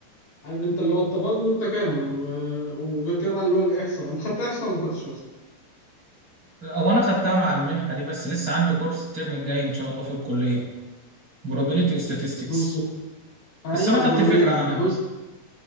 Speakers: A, on the left; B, on the right.
A: عارف انت اللي هو التفاضل والتكامل و- وغير كده بقى اللي هو الاحصاء بقى انت خدت احصاء ولا ما خدتش احصاء؟
B: هو انا خدتها مع المنحه دي بس لسه عندي كورس الترم الجاي ان شاء الله في الكليه probability و statistics
A: بص ايوه
B: بس انا خدت
A: probabilities
B: فكره عنها
A: بص